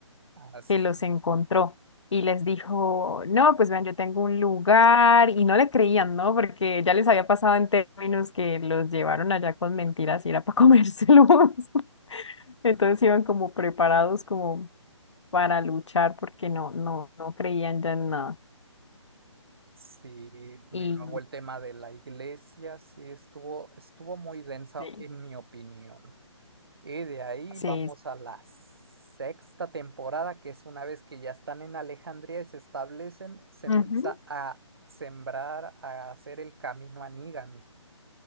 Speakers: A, on the right; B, on the left.
A: Así,
B: que los
A: sí,
B: encontró y les dijo, no, pues vean, yo tengo un lugar. Y no le creían, ¿no? Porque ya les había pasado en términos que los llevaron allá con mentiras y era para comérselos. <laughs> Entonces iban como preparados como para luchar porque no, no, no creían ya en nada.
A: sí, y
B: Y
A: luego el tema de la iglesia sí estuvo, estuvo muy densa
B: Sí.
A: en mi opinión. Y de ahí
B: sí,
A: vamos a la sexta temporada, que es una vez que ya están en Alejandría y se establecen, se
B: Ujú.
A: empieza a sembrar, a hacer el camino a Negan.